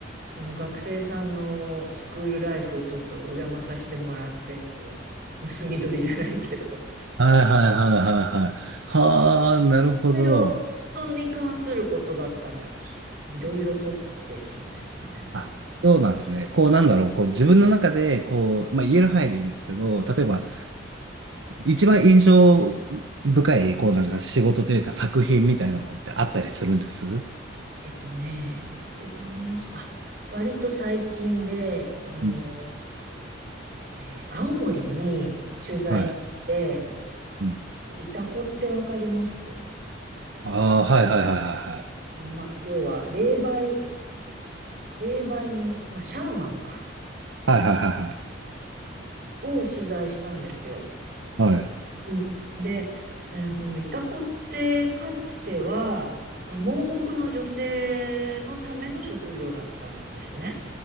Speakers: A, on the right; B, on the right.
A: その学生さんのスクールライフちょっとお邪魔させてもらって、こう、盗み撮りじゃないけど、
B: はいはいはいはいはい。はあ、なるほど。
A: いろいろ人に関することだったら、ひいろいろ撮ってきましたね。
B: あそうなんですね。こうなんだろう。こう自分の中で、こう、まあ言える範囲でいいんですけど、例えば、一番印象深い、こうなんか仕事というか作品みたいなのってあったりするんですう
A: えっとね、一番印象、あ、割と最近で、あの
B: ん
A: ー、えー青森に取材に行って、
B: はい。うん
A: あのイタコってわかります
B: ああ、はいはいはいはいはい。
A: まあ、要は霊媒、霊媒の、まあ、シャーマンか、
B: はいはいはい
A: を取材したんですよ。
B: はい。はい。
A: うんで、あの、あのイタコってかつては、その盲目の女性のための職業だったんですね。